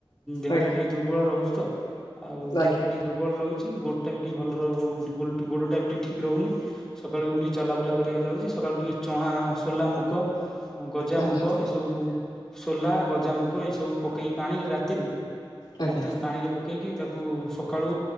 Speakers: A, in the centre; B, on the left.
A: ଦେହଟା
B: ଆଜ୍ଞା
A: ଟିକିେ ଦୁର୍ବଳ ରହୁଛି ତ ଆଉ
B: ଆଜ୍ଞା
A: ଦେହଟା ଟିକେ ଦୁର୍ବଳ ରହୁଛି ଗୋଡଟା ବି ଟିକେ ଭଲ ରହୁ ଗୋଡ ଟା ବି ଟିକେ ଠିକ ରହୁନି ସକାଳୁ ବି ମୁଁ ଟିକେ ଚଲାବୁଲା କରିବାକୁ ଯାଉଛି ସକାଳୁ ଟିକେ ଚଣା ସୋଲା ମୁଗ ଗଜାମୁଗ
B: ଆଜ୍ଞା ଆଜ୍ଞା
A: ଏସବୁ ସୋଲା ଗଜାମୁଗ ଏସବୁ ପକେଇ ପାଣିରେ ରାତିରୁ
B: ଆଜ୍ଞା
A: ରାତିରୁ ପାଣିରେ ପକେଇକି ତାକୁ ସକାଳୁ